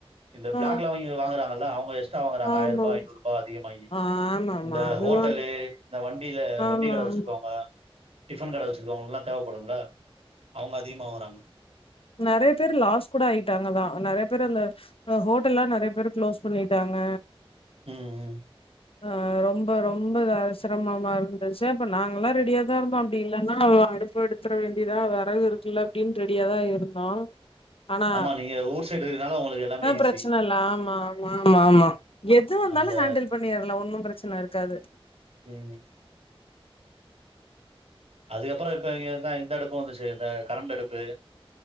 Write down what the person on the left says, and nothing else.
ஆ
ஆமா
ஆமாமா
அதுவா
ஆமா
ஆமா
நெறைய பேர் லாஸ் கூட ஆயிட்டாங்கதான் நெறைய பேர் அந்த ஹோட்டல்லா நெறைய பேருக் க்ளோஸ் பண்ணிட்டாங்க
ஆ ரொம்ப ரொம்ப சிரமமா இருந்துச்சி அப்ப நாங்கல்லா ரெடியா தா இருந்தோ அப்டி இல்லன்னா அடுப்பு எடுத்துர வேண்டியதா வெறகு இருக் குள்ள அப்டின்னு ரெடியாதா இருந்தோ ஆனா
ப்ரச்ன இல்ல ஆமா ஆமா ஆமா எது வந்தாலு
ஹேண்டில் பண்ணிர்லா ஒன்னு பிரச்சனை இருக்காது